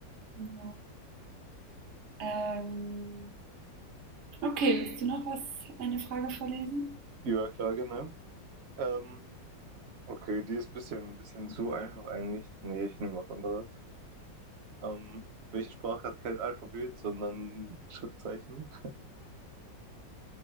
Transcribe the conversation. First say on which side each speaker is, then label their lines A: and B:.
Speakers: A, on the right (about 85°); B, on the right (about 55°).
A: Ja. Ähm, okay, willst du noch was, eine Frage vorlesen?
B: Ja, klar, genau. Ähm, okay, die ist ein bisschen, bisschen zu einfach eigentlich. Nee, ich nehme was anderes. Ähm, welche Sprache hat kein Alphabet, sondern Schriftzeichen?